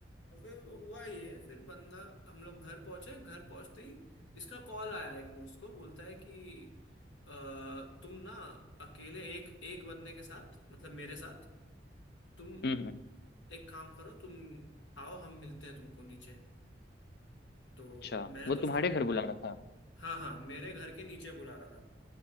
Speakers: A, on the left; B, on the left.
A: अब हुआ ये फिर बंदा हम लोग घर पहुंचे घर पहुंचते ही इसका कॉल आया एक दोस्त को बोलता है कि अ, तुम ना अकेले एक एक बंदे के साथ मतलब मेरे साथ तुम
B: हम्म हम्म
A: एक काम करो तुम आओ हम मिलते हैं तुमको नीचे तो
B: अच्छा
A: मैंने
B: वो
A: तो उसको
B: तुम्हारे घर बुला रहा था
A: हाँ हाँ मेरे घर के नीचे बुला रहा था